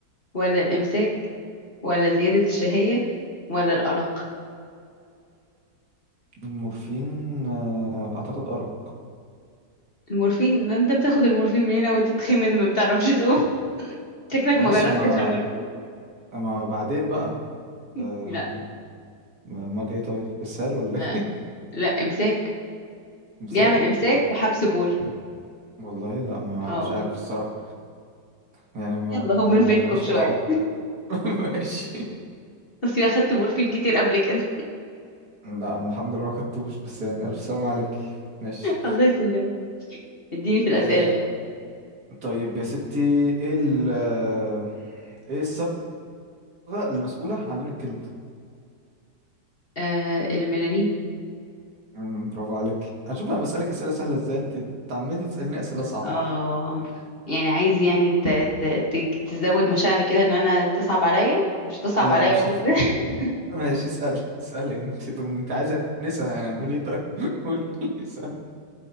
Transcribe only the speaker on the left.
ولا الإمساك ولا زيادة الشهية ولا الأرق
المورفين ده انت بتاخد المورفين من هنا وتتخمن ما بتعرفش تقوم <laughs> شكلك
ما جربتش
المورفين
<laughs>
لا
لا
لا إمساك
بيعمل إمساك
وحبس بول
اه
يلا هو
من فيتكم
شوية
<laughs> بس اخدت مورفين كتير قبل كده
<laughs> الله يسلمك اديني في الأسئلة
بقى
آه الميلانين
اه يعني عايز يعني ت... ت... ت... تزود مشاعري كده ان انا تصعب عليا مش تصعب
عليا
برضه
<laughs>